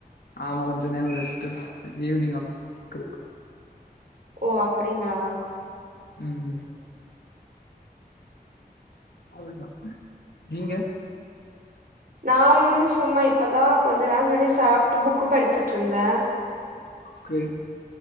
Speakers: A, on the left (about 75°); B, on the right (about 65°).
A: ஆமா கொஞ்ச நேரோ ரெஸ்ட் ஈவினிங் ஆஃப் ஒர்க் இருக்கு
B: ஓ அப்டிங்ளா
A: ம் அவ்ளதா நீங்க
B: நா ஒண்ணு சும்மா இப்பதா கொஞ்ச நேரம் முன்னடி சாப்ட்டு புக் படிச்சுட்டு இருந்தே
A: ஓகே